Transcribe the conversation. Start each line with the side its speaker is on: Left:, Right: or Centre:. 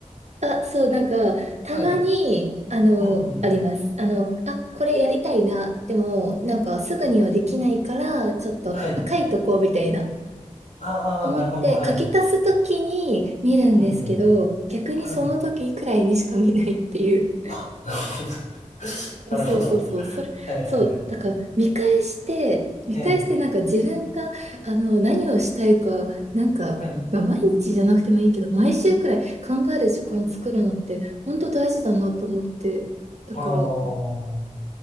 Right: あ、そう、なんか、たまに、
Left: はい。
Right: あの、
Left: うんうん。
Right: あります。あの、あ、これやりたいな。でも、なんか、すぐにはできないから、ちょっと、
Left: はい。
Right: あ書いとこうみたいな。
Left: ああ、
Right: 思って、
Left: なるほど。はい。
Right: 書き足すときに見るんですけど、
Left: うんうん。
Right: 逆にその時くらいにしか見ないっていう。
Left: はい。あ、<laughs> なるほど。
Right: そうそうそう、それ、
Left: はいはいはい。
Right: そう、なんか見返して、見返してなんか自分が、
Left: ええ、
Right: あの、何をしたいか、なんか、
Left: はい。
Right: まあ、毎日じゃなくてもいいけど、毎週くらい考える時間作るのって、本当大事だなと思って。だから、
Left: ああ、
Right: あ